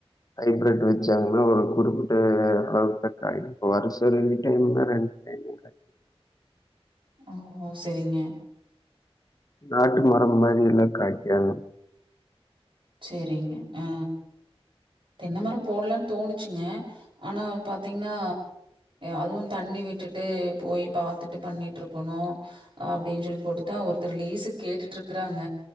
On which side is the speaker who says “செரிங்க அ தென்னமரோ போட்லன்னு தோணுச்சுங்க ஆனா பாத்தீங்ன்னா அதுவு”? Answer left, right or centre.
Right